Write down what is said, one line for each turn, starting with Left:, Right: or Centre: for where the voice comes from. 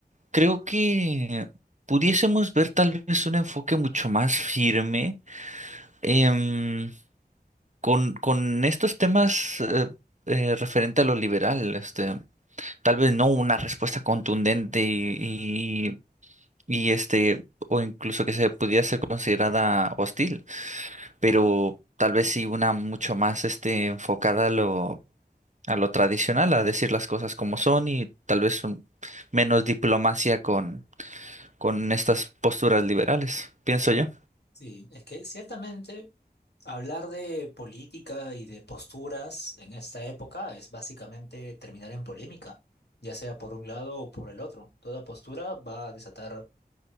Right: creo que pudiésemos ver tal vez un enfoque mucho más firme. em, Con, con estos temas eh, eh, referente a lo liberal, este, tal vez no una respuesta contundente y, y- y, este, o incluso que se pudiera ser considerada hostil, pero tal vez sí una mucho más este, enfocada a lo, a lo tradicional, a decir las cosas como son y tal vez un- menos diplomacia con, con estas posturas liberales, pienso yo.
Left: Sí, es que ciertamente hablar de política y de posturas en esta época es básicamente terminar en polémica, ya sea por un lado o por el otro. Toda postura va a desatar